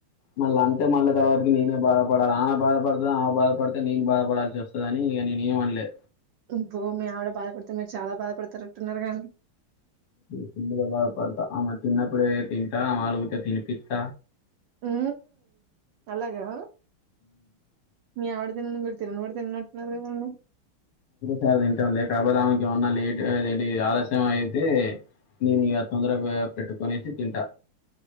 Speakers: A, on the left; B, on the right.
A: మళ్ళా అంతే మళ్ళా తర్వాత నేనే బాధపడాలి ఆమె బాధపడతని ఆమె బాధపడితే నేను బాధపడాల్సి వస్తుందిని ఇగ నేను ఏమనలే.
B: అబ్బో మీ ఆవిడ బాధపడుతే మీరు చాలా బాధపడతారుట్టున్నారు కా అండి
A: ఫుల్ గా బాధపడతా ఆమే తిన్నప్పుడే తింటా అలుగుతె తినిపిత్త
B: ఉ అలాగా మీ ఆవిడ తిన తిన్నోడు తిన్నట్టున్నారు కదా అల్లా
A: సారి తింటాం లే కాకపోతే ఆమెకు ఏమన్నా లే ఏంటి ఆలస్యం అయితే నేను ఇక తొందరగా పెట్టుకునేసి తింటా